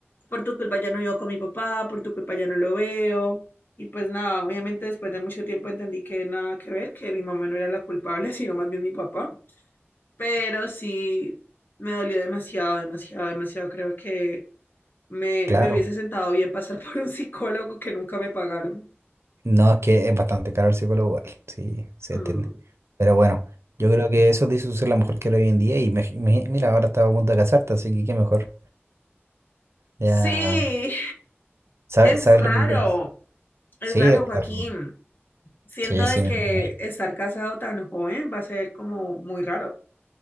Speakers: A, on the left; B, on the right.
A: por tu culpa ya no vivo con mi papá, por tu culpa ya no lo veo. Y pues nada, obviamente después de mucho tiempo entendí que nada que ver, que mi mamá no era la culpable, <laughs> sino más bien mi papá. Pero sí, me dolió demasiado, demasiado, demasiado. Creo que me,
B: claro.
A: me hubiese sentado bien pasar <laughs> por un psicólogo que nunca me pagaron.
B: No, es que es bastante caro el psicólogo, igual, sí, se
A: Mm,
B: entiende. Pero bueno, yo creo que eso te hizo ser la mujer que eres hoy en día y me- me- mira, ahora estaba a punto de casarte, así que qué mejor. Ya
A: Sí,
B: sabes,
A: es
B: sabes
A: raro,
B: lo que quieres.
A: es
B: Sí,
A: raro, Joaquín.
B: claro.
A: Siento
B: Sí,
A: de
B: sí,
A: que
B: me imagino.
A: estar casado tan joven va a ser como muy raro.